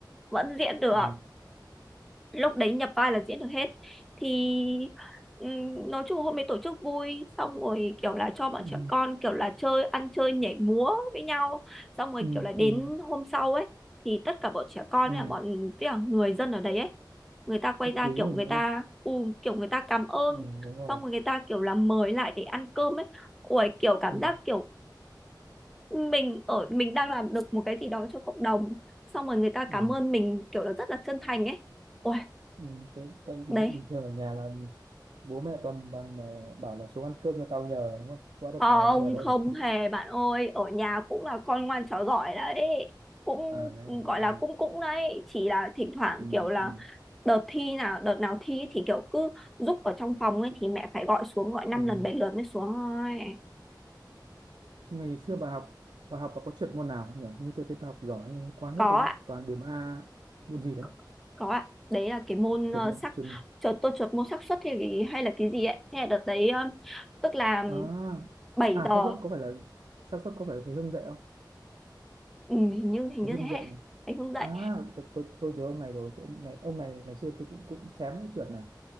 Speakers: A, in the centre; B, on the right (about 85°).
A: vẫn diễn được
B: ừ
A: lúc đấy nhập vai là diễn được hết thì ừm, nói chung hôm ấy tổ chức vui xong rồi kiểu là cho bọn
B: ừ
A: trẻ con kiểu là chơi ăn chơi nhảy múa với nhau xong rồi
B: ừ
A: kiểu là đến
B: ừ ừ
A: hôm sau ấy thì tất cả bọn trẻ con
B: ừ
A: với cả bọn với cả người dân ở đấy ấy người ta quay
B: Rất
A: ra
B: quý
A: kiểu
B: mình
A: người
B: đúng
A: ta
B: không
A: u kiểu người ta cảm ơn
B: ừ đúng rồi
A: xong rồi người ta kiểu là mời lại để ăn cơm ấy ui kiểu cảm
B: ừ
A: giác kiểu mình ở mình đang làm được một cái gì đó cho cộng đồng xong rồi người ta
B: ừ
A: cảm ơn mình kiểu là rất là chân thành ấy ui
B: Ừ, tại, tại vì bình,
A: đấy
B: bình thường ở nhà là bố mẹ toàn bằng ờ, bảo là xuống ăn cơm cho tao nhờ đúng không? Quá được
A: ờ,
B: mời
A: ông
B: bây giờ đâu
A: không
B: đúng không?
A: hề bạn ơi ở nhà cũng là con ngoan trò giỏi đấy cũng
B: À đấy
A: ừ,
B: à,
A: gọi là
B: à
A: cũng cũng đấy chỉ là thỉnh thoảng
B: ừ,
A: kiểu là
B: ừ,
A: đợt thi nào đợt nào thi ấy thì kiểu cứ giúp ở trong phòng ấy thì mẹ phải gọi xuống gọi năm
B: ừ.
A: lần bảy lượt mới xuống thôi
B: Nhưng ngày xưa bà học bà học bà có trượt môn nào không nhỉ? Hình Như tôi thấy bà học giỏi nhưng quá hết
A: có
B: đúng không?
A: ạ
B: Toàn điểm A môn gì đấy?
A: có có ạ đấy là cái môn
B: Trượt
A: ờ,
B: môn
A: xác
B: trượt
A: trượt tôi trượt môn xác suất hay cái- hay là cái gì ấy thế là đợt đấy ờ, tức là
B: à
A: bảy
B: à
A: giờ
B: xác suất có phải là xác suất có phải là thầy Hưng dạy không?
A: ừ, hình như hình
B: Thầy
A: như
B: Hưng
A: thế
B: dạy nhỉ?
A: anh không dậy
B: À tôi, tôi, tôi nhớ ông này rồi, tôi, ông này ông này ngày xưa tôi cũng cũng xém cái trượt này.